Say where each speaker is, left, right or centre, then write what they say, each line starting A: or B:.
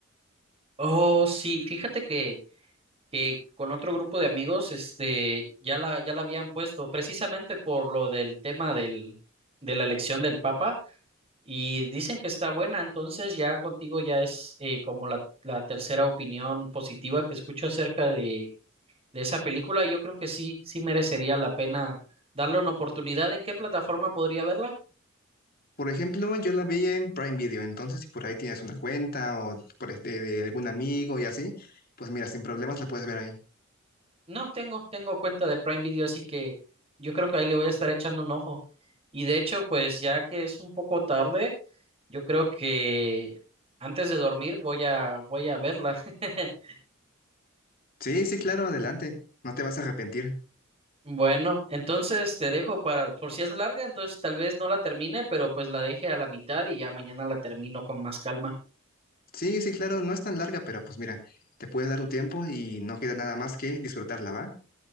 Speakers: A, on the right; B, on the left.
A: Oh, sí, fíjate que que con otro grupo de amigos, este, ya la, ya la habían puesto, precisamente por lo del tema del, de la elección del Papa, y dicen que está buena, entonces ya contigo ya es eh, como la, la tercera opinión positiva que escucho acerca de, de esa película, y yo creo que sí, sí merecería la pena darle una oportunidad. ¿En qué plataforma podría verla?
B: Por ejemplo, yo la vi en Prime Video, entonces si por ahí tienes una cuenta o por, este- de algún amigo y así, pues mira, sin problemas la puedes ver ahí.
A: No, tengo, tengo cuenta de Prime Video, así que yo creo que ahí le voy a estar echando un ojo. Y de hecho, pues ya que es un poco tarde, yo creo que antes de dormir voy a, voy a verla. <laughs>
B: Sí, sí, claro, adelante, no te vas a arrepentir.
A: Bueno, entonces te dejo para, por si es larga, entonces tal vez no la termine, pero pues la deje a la mitad y ya mañana la termino con más calma.
B: Sí, sí, claro, no es tan larga, pero pues mira, te puedes dar tu tiempo y no queda nada más que disfrutarla, ¿va?